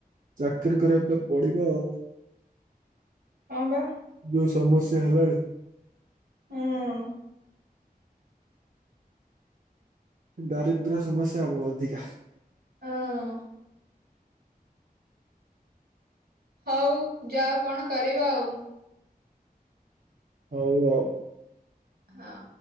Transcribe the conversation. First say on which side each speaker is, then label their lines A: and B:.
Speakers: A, on the right; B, on the right.
A: ଚାକିରି କରିବା ପାଇଁ ପଡିବ ଆଉ।
B: ହଁ ପା।
A: ଯୋଉ ସମସ୍ୟା ହେଲାଣି।
B: ହଁ।
A: ଦାରିଦ୍ର୍ୟ ସମସ୍ୟା ହବ ଅଧିକା।
B: ହଁ। ହଉ ଯାଅ କଣ କରିବ ଆଉ।
A: ହଉ ଆଉ।
B: ହଁ।